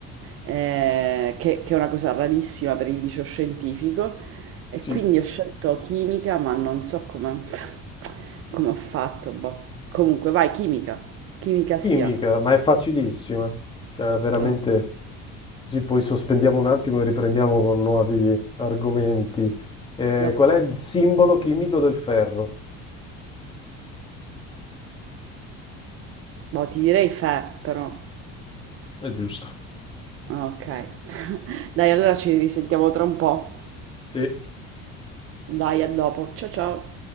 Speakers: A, on the right; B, on the left.
A: eh, che, che è una cosa rarissima per il liceo scientifico, e
B: Sì.
A: quindi ho scelto chimica, ma non so come, <laughs> come ho fatto. boh. Comunque, vai, chimica, chimica sia.
B: Chimica, ma è facilissima, cioè veramente
A: Ah,
B: così poi sospendiamo un attimo e riprendiamo con nuovi argomenti. Eh,
A: d'accordo.
B: qual è il simbolo chimico del ferro?
A: Boh, ti direi fe, però.
B: È giusto.
A: Ah, Ok. <laughs> Dai, allora ci risentiamo tra un po'.
B: Sì,
A: Dai, a dopo. Ciao ciao.